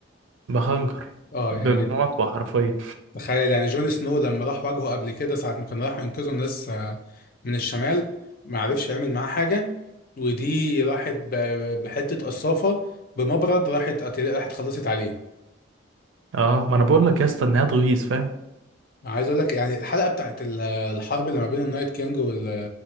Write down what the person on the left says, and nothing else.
اه
يعني
تخيل يعني جون سنو لما راح واجهه قبل كده ساعة ما كانوا راحوا ينقذوا الناس آه، من الشمال ما عرفش يعمل معاه حاجة ودي راحت ب- بحتة قصافة بمبرد راحت قتل- راحت خلصت عليه
عايز اقول لك يعني الحلقة بتاعت ال- الحرب اللي ما بين النايت كينج وال